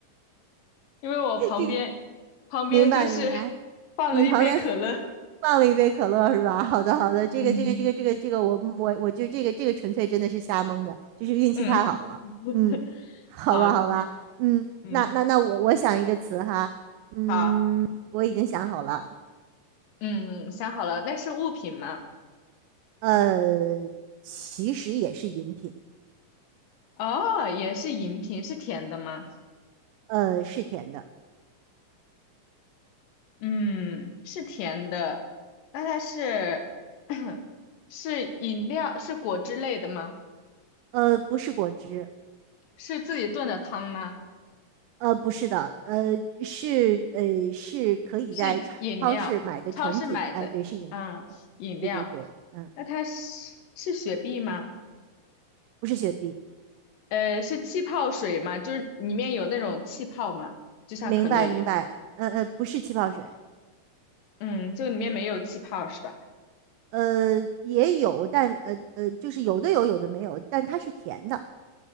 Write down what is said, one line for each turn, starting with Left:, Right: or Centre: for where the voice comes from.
Left: 因为我旁边旁边就是
Right: 这个明白明白。
Left: <laughs> 放了一杯可乐，
Right: 你旁边放了一杯可乐是吧？好的，好的，这个，
Left: 嗯
Right: 这个，这个，这个，这个，我我我就这个这个纯粹真的是瞎蒙的，就是运气太好了。
Left: 嗯，<laughs>
Right: 嗯，好吧，好吧，
Left: 好，
Right: 嗯，
Left: 嗯，
Right: 那那那我我想一个词哈，嗯，
Left: 好
Right: 我已经想好了，
Left: 嗯，想好了，那是物品吗？
Right: 呃，其实也是饮品，
Left: 哦，也是饮品，是甜的吗？
Right: 呃，是甜的，
Left: 嗯，是甜的，那它是 <coughs> <clears throat> 是饮料，是果汁类的吗？
Right: 呃，不是果汁，
Left: 是自己炖的汤吗？
Right: 呃，不是的，呃，是呃是可以在超市买的成品，
Left: 是饮料，超市买的，
Right: 哎、对，是饮料，
Left: 啊，饮料，
Right: 对对对，嗯，
Left: 那它是是雪碧吗？
Right: 不是雪碧。
Left: 呃，是气泡水吗？就是里面有那种气泡吗？就像可乐一样。
Right: 明白明白，呃呃，不是气泡水，
Left: 嗯，就里面没有气泡是吧？
Right: 呃也有，但呃呃，就是有的有，有的没有，但它是甜的，